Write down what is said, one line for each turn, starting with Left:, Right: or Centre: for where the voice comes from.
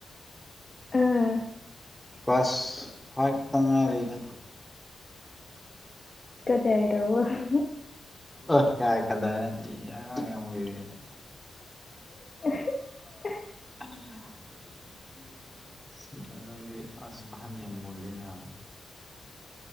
Left: ꯑꯥ
Centre: ꯀ꯭ꯂꯥꯁ ꯐꯥꯏꯚꯇ ꯉꯥꯏꯔꯤꯗ
Left: ꯀꯗ꯭ꯔ ꯇꯧꯑꯣ
Centre: ꯑꯥ ꯀꯥꯏ ꯀꯗ꯭ꯔ ꯅꯠꯇꯤꯌꯦ ꯑꯉꯥꯡ ꯌꯥꯝ ꯑꯣꯏꯔꯤꯌ‌ꯦ
Left: <unintelligible>
Centre: <unintelligible> ꯅꯪꯗꯤ ꯑꯁ ꯑꯍꯟ ꯌꯥꯝ ꯑꯣꯏꯔꯦꯅ <unintelligible>